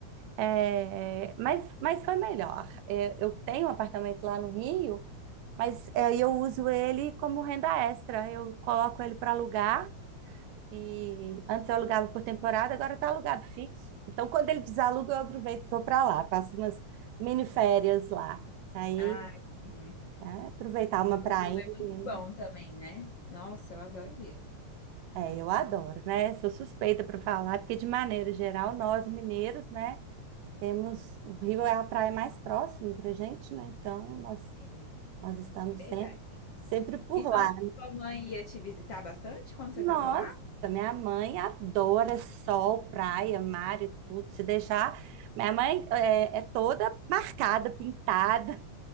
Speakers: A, on the right; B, on the left.
A: é, mas, mas foi melhor. É, eu tenho um apartamento lá no Rio, mas é, eu uso ele como renda extra, eu coloco ele para alugar.
B: Hum.
A: E antes eu alugava por temporada, agora está alugado fixo. Então, quando ele desaluga, eu aproveito e vou para lá, passo umas mini férias lá. Aí,
B: Ah, sim.
A: é, aproveitar uma
B: O
A: prainha,
B: Rio é muito
A: né?
B: bom também, né? Nossa, eu adoro o Rio.
A: É, eu adoro, né? Sou suspeita para falar, porque de maneira geral, nós mineiros, né, temos o Rio é a praia mais próxima para gente, né? Então nós
B: Sim.
A: nós estamos
B: É verdade.
A: sempre sempre por
B: E sua,
A: lá.
B: sua mãe ia te visitar bastante quando você
A: Nossa,
B: estava lá?
A: minha mãe adora sol, praia, mar e tudo. Se deixar, minha mãe é, é toda marcada, pintada.